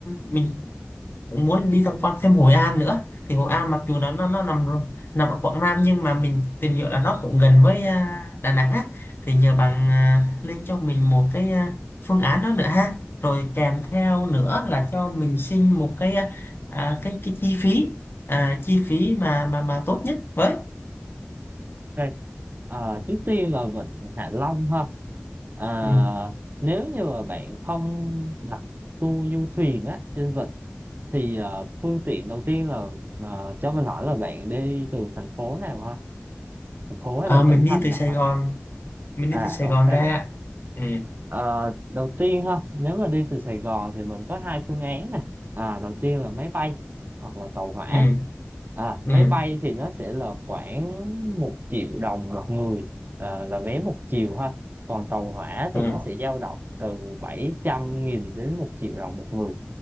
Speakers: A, on the left (about 55°); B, on the right (about 45°).
A: mình cũng muốn đi tham quan thêm Hội An nữa thì Hội An mặc dù nó nó nó nằm rồi- nằm ở Quảng Nam nhưng mà mình tìm hiểu là nó cũng gần với à, Đà Nẵng á thì nhờ bạn à, lên cho mình một cái à, phương án đó nữa ha rồi kèm theo nữa là cho mình xin một cái à, à, cái cái chi phí à, chi phí mà mà mà tốt nhất với
B: Ok. Ờ, trước tiên là Vịnh Hạ Long ha. À,
A: ừ.
B: nếu như mà bạn không đặt tour du thuyền á trên vịnh thì ờ, phương tiện đầu tiên là ờ, cho mình hỏi là bạn đi từ thành phố nào ha? Thành phố hay
A: à,
B: là
A: mình
B: tỉnh
A: đi
B: thành
A: từ
B: nào
A: Sài
B: ha?
A: Gòn mình
B: À
A: đi từ Sài
B: ok.
A: Gòn ra ừ
B: Ờ, đầu tiên ha nếu mà đi từ Sài Gòn thì mình có hai phương án nè à đầu tiên là máy bay hoặc là tàu hỏa
A: ừ
B: à máy
A: ừ
B: bay thì nó sẽ là khoảng một triệu đồng một người ờ, là vé một chiều ha còn tàu hỏa thì
A: ừ
B: nó sẽ dao động từ bảy trăm nghìn đến một triệu đồng một người